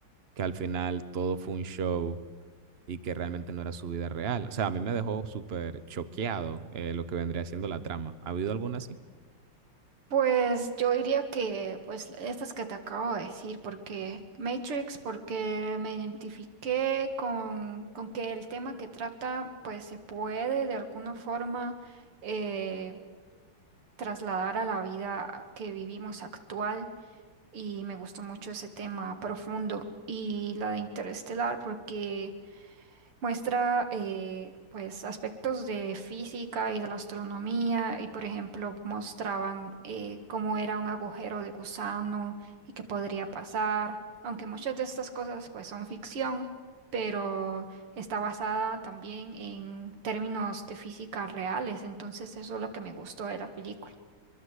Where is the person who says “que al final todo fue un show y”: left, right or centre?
Right